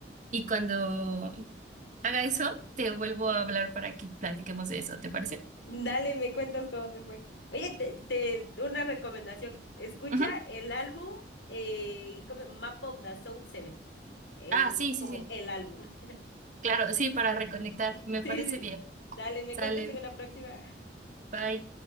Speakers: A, on the right; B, on the left.
A: y cuando haga eso, te vuelvo a hablar para que platiquemos de eso, ¿te parece?
B: dale, me cuentas cómo te fue. Oye, te, te- una recomendación. Escucha
A: Ujú.
B: el álbum eh, ¿cómo? Map of the Soul Seven, Ese
A: Ah, sí,
B: es
A: sí,
B: como
A: sí.
B: el álbum. <laughs>
A: Claro, sí, para reconectar,
B: Sí,
A: me
B: sí.
A: parece bien.
B: Dale, me
A: Sale,
B: cuentas en una próxima.
A: bye.